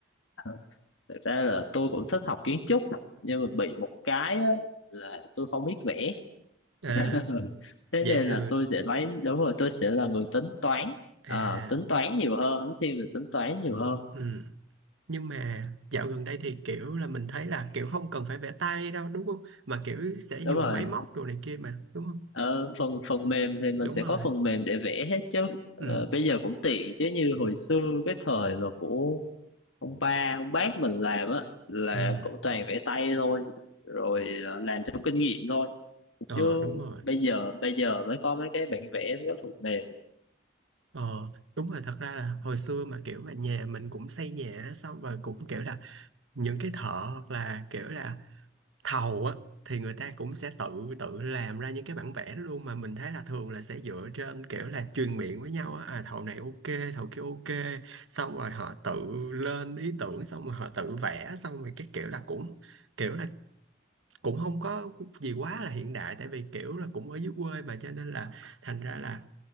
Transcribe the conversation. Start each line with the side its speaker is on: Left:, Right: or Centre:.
Left: Ờ, thực ra là tôi cũng thích học kiến trúc nhưng mà bị một cái á là tôi không biết vẽ
Right: à,
Left: <laughs> thế
Right: vậy
Left: nên
Right: thì
Left: là tôi sẽ lấy đúng rồi tôi sẽ là người tính toán
Right: à
Left: à, tính toán nhiều hơn nó thiên về tính toán nhiều hơn
Right: ừ. nhưng mà dạo gần đây thì kiểu là mình thấy là kiểu không cần phải vẽ tay đâu đúng không mà kiểu sẽ dùng
Left: đúng rồi
Right: máy móc đồ này kia mà đúng không
Left: ờ, phần phần mềm thì mình
Right: đúng
Left: sẽ
Right: rồi
Left: có phần mềm để vẽ hết chứ
Right: ừ
Left: Ờ, bây giờ cũng tiện chứ như hồi xưa cái thời mà của ông ba ông bác mình làm á là
Right: ừ
Left: cũng toàn vẽ tay thôi rồi ờ, làm theo kinh nghiệm thôi
Right: ờ
Left: chứ
Right: đúng rồi
Left: bây giờ bây giờ mới có mấy cái bản vẽ mấy cái phần mềm
Right: Ờ, đúng rồi thật ra là hồi xưa mà kiểu mà nhà mình cũng xây nhà á, xong rồi cũng kiểu là những cái thợ hoặc là kiểu là thầu á thì người ta cũng sẽ tự tự làm ra những cái bản vẽ đó luôn mà mình thấy là thường là sẽ dựa trên kiểu là truyền miệng với nhau á à thầu này ok thầu kia ok xong rồi họ tự lên ý tưởng xong rồi họ tự vẽ xong rồi cái kiểu là cũng kiểu là cũng không có gì quá là hiện đại tại vì kiểu là cũng ở dưới quê mà cho nên là thành ra là